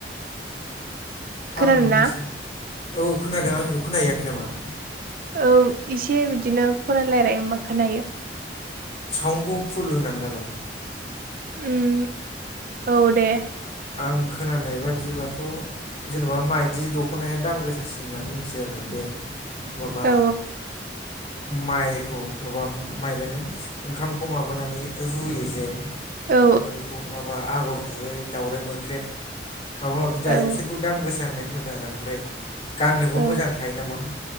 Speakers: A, on the right; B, on the left.
A: खोनादों
B: आं मोनथिनो
A: ना
B: औ खोनादों आंनिखौ खोनाहैयाखै नामा?
A: औ इसे बिदिनो खरा लायराय होमबा खोनायो।
B: साउन्डखौ फुल होनानै लालाय।
A: उम औ दे।
B: आं खोनानाय बादिबाथ' जेन'बा माइदि दख'नाया दाम गोसासिन होननानै मोनथियो आरो बे माबा
A: औ
B: माइखौ माबा माइलायनो ओंखामखौ माबानानै रुयो जे। ओमफ्राय
A: औ
B: बेखौ माबा आगर गुबै दावराइ मोख्रेब माबा माबि दायो
A: औ
B: बिसोरखौ दाम गोसा होननाय खोनादों आरो ओमफ्राय गाननोबो
A: औ
B: मोजां थायो नामा?